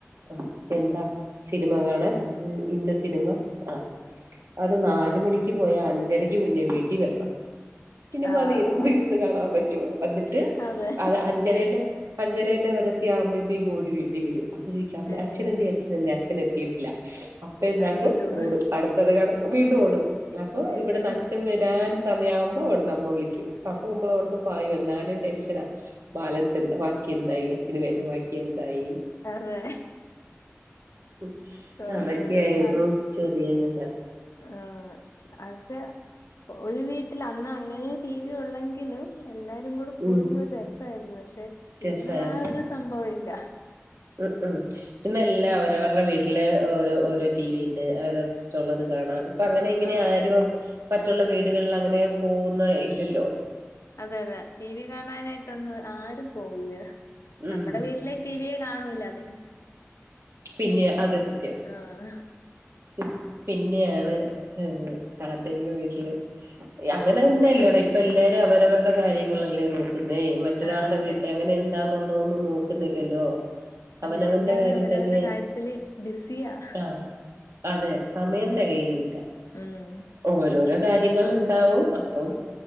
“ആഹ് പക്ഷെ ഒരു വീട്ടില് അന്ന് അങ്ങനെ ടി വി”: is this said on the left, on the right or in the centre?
Left